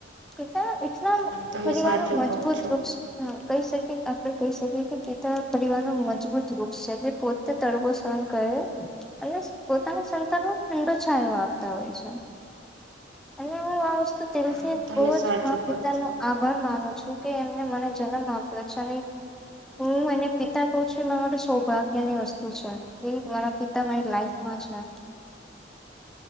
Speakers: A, in the centre; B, on the right.
A: પિતા એટલા
B: તમે
A: પરિવાર
B: સાચું
A: ન મજબૂત
B: કહો છો
A: વૃક્ષ હા કહી શકી આપડે કહી શકીએ કે કેટલા પરિવાર નુ મજબૂત વૃક્ષ છે જે પોતે તડવો સહન કર્યો. અને પોતાના સંતાનો ઠંડોછાયો આપતા હોય છે. અને હું આ વસ્તુ તેલથી
B: હા તમે
A: બહુ
B: સાચું
A: જ મા પિતાનો
B: કહો છો.
A: આભાર માનું છું કે એમને મને જન્મ આપ્યો છે અને હું એને પિતા કહુ છું એરા માટે સૌભાગ્ય ની વસ્તુ છે. એ મારા પિતા મારી લાઈફમાં છે.